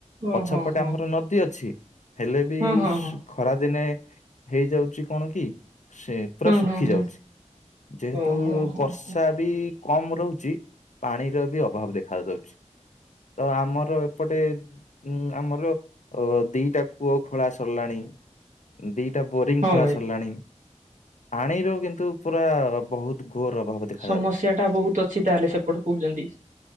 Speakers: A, on the right; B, on the left.
A: ଓହୋ
B: ପଛପଟେ
A: ହୋ
B: ଆମର ନଦୀ ଅଛି ହେଲେ ବି
A: ହଁ
B: ଏଇ
A: ହଁ ହଁ
B: ଖରା ଦିନେ ହେଇଯାଉଛି କଣ କି ସେ ପୁରା
A: ହଁ
B: ଶୁଖି
A: ହଁ ହଁ
B: ଯାଉଛି
A: ହଁ
B: ଯେହେତୁ
A: ଓହୋ ହୋ
B: ବର୍ଷା
A: ହୋ
B: ବି କମ ରହୁଛି ପାଣିର ବି ଅଭାବ ଦେଖା ଯାଉଛି। ତ ଆମର ଏପଟେ ଉଁ ଆମର ଅ ଦିଟା କୂଅ ଖୋଳା ସରିଲାଣି। ଦିଟା ବୋରିଂ
A: ହଁ
B: ଖୋଳା
A: ଭାଇ
B: ସରିଲାଣି। ପାଣିର କିନ୍ତୁ ପୁରା ବହୁତ ଘୋର ଅଭାବ ଦେଖାଯାଉଛି
A: ସମସ୍ୟା ଟା ବହୁତ ଅଛି ତାହେଲେ ସେପଟ କହୁଛନ୍ତି।